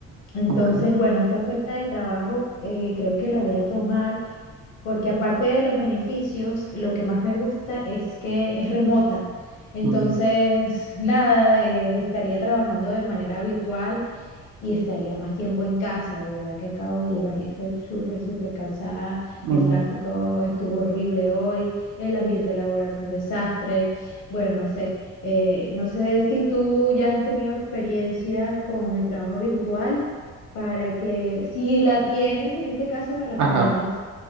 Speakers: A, on the left (about 90°); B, on the right (about 70°).
A: Entonces,
B: ok,
A: bueno, esta oferta de trabajo eh, creo que la voy a tomar porque aparte de los beneficios, lo que más me gusta es que es remota. Entonces,
B: ujú,
A: nada, eh, estaría trabajando de manera virtual y estaría más tiempo en casa. De verdad que acabo de llegar y estoy súper, súper cansada.
B: ujú,
A: El tráfico estuvo horrible hoy, el ambiente laboral fue un desastre. Bueno, no sé, eh, no sé si tú ya has tenido experiencia con el trabajo virtual para que, si la tienes, en este caso me recomiendes
B: Ajá.